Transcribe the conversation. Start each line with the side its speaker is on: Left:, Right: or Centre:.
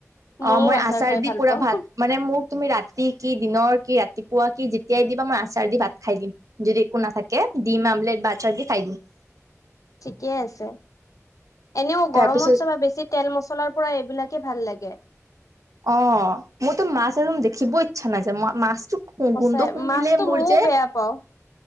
Left: মইও
Right: অঁ! মই আচাৰ
Left: খাই
Right: দি
Left: ভাল
Right: পুৰা
Left: পাওঁ।
Right: ভাত <inaudible> মানে মোক তুমি ৰাতি কি, দিনৰ কি, ৰাতিপুৱা কি যেতিয়াই দিবা মই আচাৰ দি ভাত খাই দিম। <inaudible> যদি একো নাথাকে ডিম, আমলেট বা আচাৰ দি খাই দিম। <unintelligible>
Left: ঠিকেই আছে। এনেও গৰমত
Right: তাৰপিছত
Left: চাবা বেছি <inaudible> তেল, মছলাৰ পৰা এইবিলাকেই ভাল লাগে। <inaudible>
Right: অঁ! মোৰতো মাছ একদম দেখিবই ইচ্ছা নাযায়। মই মাছতো <inaudible> <inaudible>
Left: সঁচাই
Right: গোন্ধ শুঙিলে
Left: মাছতো
Right: মোৰ
Left: মইও
Right: যে
Left: বেয়া পাওঁ